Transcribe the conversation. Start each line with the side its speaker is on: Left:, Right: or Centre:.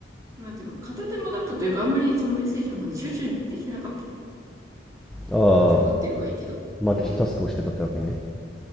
Right: なんていうの、片手間だったというか、あんまりそのメッセージの方に集中できてなかったの。
Centre: ああ、
Right: 一応打ってればいいけど。
Centre: マルチタスクをしてたってわけね。
Right: うん。